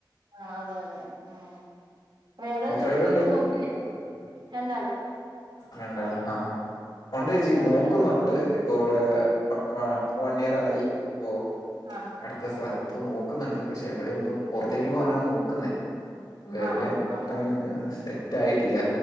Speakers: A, on the right (about 80°); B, on the left (about 75°).
A: ആഹ് അതെ അതെ ഉം വേറെ
B: എത്ര
A: ജോ
B: പേരുണ്ട്
A: ജോലിന്നും നോക്കില്ലേ രണ്ടാള്.
B: രണ്ടാള് ആഹാ ഉണ്ടേച്ചി
A: ഒരാള്
B: നോക്കുന്നുണ്ട് ഇപ്പൊ ഇവിടെ. ആഹ് വൺ ഇയർ ആയി ഇപ്പൊ.
A: ആണ്.
B: അടുത്ത സ്ഥലത്ത് നോക്കുന്നുണ്ട് പക്ഷെ എവിടെ ഒന്ന് പുറത്തേക്ക് പോകാനാണ് നോക്കുന്നേ. ഓ എവിടെയാണ്ങ്ങ്
A: ആണോ ആഹ് ആഹ്
B: സെറ്റ് ആയിട്ടില്ല